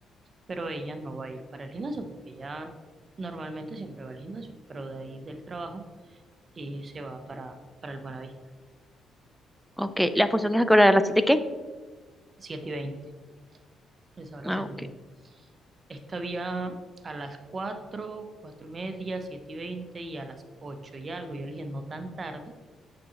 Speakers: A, on the right (about 40°); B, in the centre.
A: pero ella no va a ir para el gimnasio porque ella normalmente siempre va al gimnasio, pero de ahí del trabajo y se va para, para el Buenavista.
B: Ok, la función es a qué hora de las siete, ¿qué?
A: siete y veinte esa hora
B: Ah,
A: se eligió.
B: ok.
A: Es que había a las cuatro 4 y media, 7 y 20 y a las 8 y algo. Yo le dije, no tan tarde,